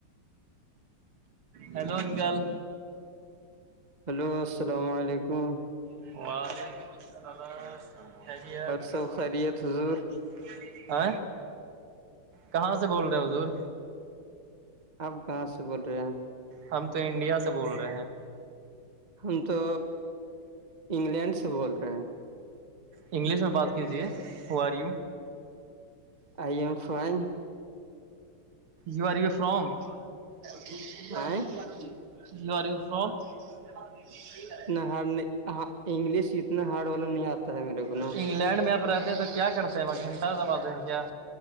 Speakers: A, on the right; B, on the right.
A: ہیلو انکال
B: ہلو السلام علیکم
A: وعسیکم
B: اور سب خیریت حضور
A: آ کہاں سے بول رہے حضور
B: آپ کہاں سے بول رہے ہیں
A: ہم تو انڈیا سے بول رہے ہیں
B: ہم تو انگلینڈ سے بول رہے ہیں
A: انگلش میں بات کیجیے how are you
B: I am fine
A: you are way from <unintelligible>
B: آئ ہ انگلش اتنا ہارڈ والا نہیں آتا ہے میرے کو نا
A: تو انگلینڈ میں آپ رہتے ہیں تو کیا کرتے ہیں وہ گھنٹہ زباتے ہیں کیا